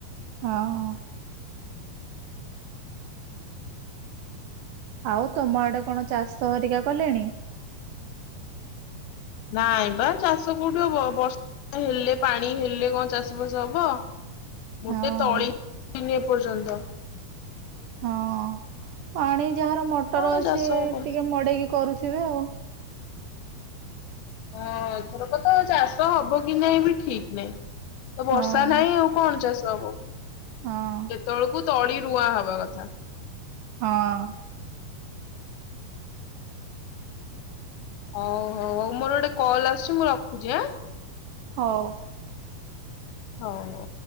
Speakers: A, on the right; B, on the left.
A: ହଁ।
B: <inaudible>
A: ଆଉ ତମ ଆଡେ କଣ ଚାଷ ହେରିକା କଲେଣି?
B: ନାଇଁ ବା ଚାଷ କୋଉଠୁ ହବ, ବର୍ଷା ହେଲେ ପାଣି ହେଲେ କଣ ଚାଷବାସ ହବ। ଗୋଟେ
A: ହଁ।
B: ତଳି ଇନି ଏପର୍ଯ୍ୟନ୍ତ।
A: ହଁ ପାଣି ଯାହାର ମଟର
B: କଣ
A: ଅଛି
B: ଚାଷ ହବ
A: ଟିକେ ମଡେଇକି କରୁଥିବେ ଆଉ।
B: ହଁ ଏଥରକ ତ ଚାଷ ହବ କି ନାଇଁ ବି ଠିକ ନାହିଁ। ତ ବର୍ଷା
A: ହଁ
B: ନାହିଁ ଆଉ କଣ ଚାଷ ହବ।
A: ହଁ
B: ଏତଳକୁ ତଳି ରୁଆ ହବା କଥା।
A: ହଁ
B: ଓଉ ହଉ ମୋର ଗୋଟେ କଲ୍ ଆସିଛି ମୁଁ ରଖୁଛି ହାଁ।
A: ହଉ
B: ହଉ ହଉ